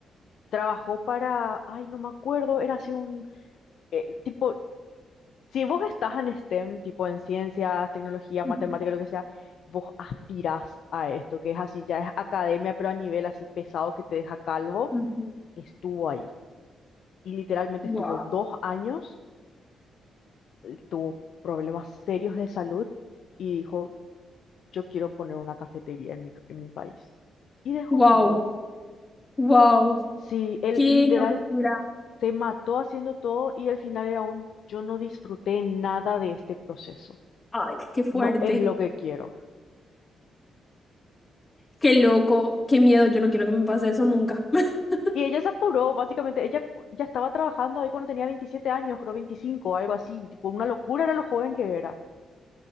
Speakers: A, on the left; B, on the left.
A: trabajó para, ay, no me acuerdo, era así un, eh, tipo, si vos estás en STEM, tipo en ciencias, tecnología,
B: ujú,
A: matemática, lo que sea, vos aspirás a esto, que es así, ya es academia, pero a nivel así pesado que te deja calvo,
B: ujú.
A: estuvo ahí. Y literalmente
B: Wow.
A: estuvo dos años, eh, tuvo problemas serios de salud y dijo, yo quiero poner una cafetería en mi, en mi país. Y dejó
B: Wow.
A: todo
B: Wow.
A: Sí, él
B: Qué
A: literal
B: locura.
A: se mató haciendo todo y al final era un yo no disfruté nada de este proceso.
B: Ay, qué fuerte.
A: No es lo que quiero.
B: Qué loco. Qué miedo. Yo no quiero que me pase eso nunca. <laughs>
A: Y ella se apuró, básicamente. Ella ya estaba trabajando ahí cuando tenía 27 años, creo 25, algo así. Tipo, una locura era lo joven que era.